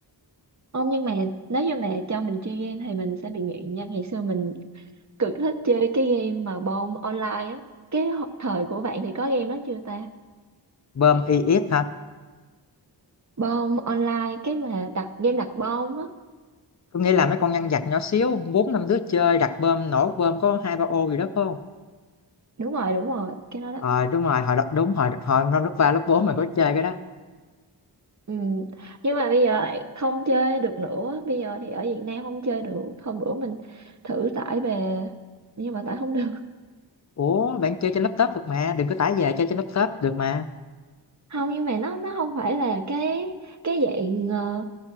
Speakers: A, on the right; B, on the left.
A: Không nhưng mà nếu như mà cho mình chơi game thì mình sẽ bị nghiện nha. Ngày xưa mình cực thích chơi cái game mà bom online á. Cái ho- thời của bạn thì có game đó chưa ta?
B: bơm i EX hả
A: Bom online cái mà đặt game đặt bom á.
B: Tôi nghĩ là mấy con nhân vật nhỏ xíu bốn năm đứa chơi đặt bơm nổ bơm có hai ba ô gì đó phải không
A: Đúng rồi, đúng rồi, cái đó đó.
B: ờ đúng rồi hồi đó đúng hồi hồi năm lớp ba lớp bốn mình có chơi cái đó
A: Ừ. Nhưng mà bây giờ lại không chơi được nữa. Bây giờ thì ở Việt Nam không chơi được. Hôm bữa mình thử tải về nhưng mà tải không được.
B: ủa bạn chơi trên laptop được mà đừng có tải về chơi trên laptop được mà
A: Không nhưng mà nó nó không phải là cái cái dạng ờ,